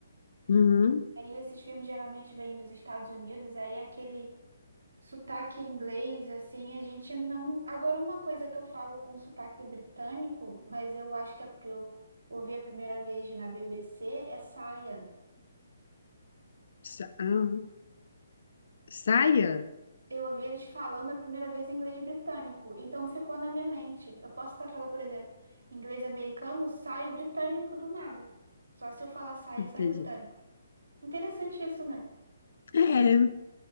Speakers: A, on the left; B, on the right.
A: Uhum.
B: Aí esses filmes geralmente vêm dos Estados Unidos, aí aquele sotaque inglês, assim, a gente não. Agora, uma coisa que eu falo com sotaque britânico, mas eu acho que é porque eu ouvi a primeira vez na BBC, é saia.
A: Sa- ah, saia?
B: Eu ouvi eles falando a primeira vez em inglês britânico, então ficou na minha mente. Eu posso até falar, por exemplo, inglês americano, sai o britânico do nada. Só se eu falar saia,
A: Entendi.
B: sai britânico. Interessante isso, né?
A: É,